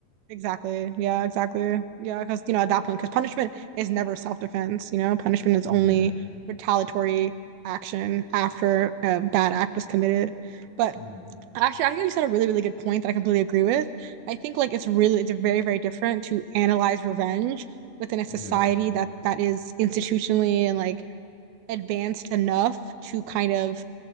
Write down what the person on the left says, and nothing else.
Yeah.
Mm,
yeah.